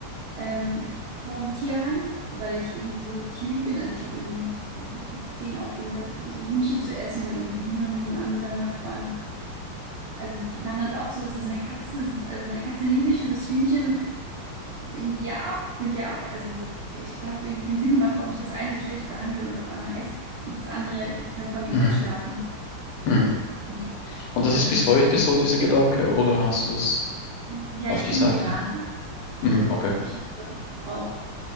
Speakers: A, on the right (about 80°); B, on the left (about 80°).
A: ähm, vor dem Tierheim, weil ich eben so tierlieb bin. Also ich habe irgendwie mit, ich weiß nicht, mit zehn aufgehört oder so Hühnchen zu essen, weil eben die Hühner nebenan beim Nachbarn Also die waren dann auch so, es ist eine Katze, also meine Katze liebe ich und das Hühnchen ist irgendwie ja auch, könnte ja auch, also so, ich hat mir irgendwie keinen Sinn gemacht, warum ich das eine so schlecht behandle und auf einmal esse und das andere darf bei mir
B: Mhm.
A: im Bett schlafen.
B: Mhm.
A: Und
B: Und das
A: dann
B: ist
A: habe
B: bis
A: ich
B: heute
A: eben,
B: so, dieser Gedanke, oder hast du das
A: ja,
B: auf
A: ich
B: die
A: bin
B: Seite?
A: vegan.
B: Mhm.
A: Also
B: Okay.
A: ich habe auch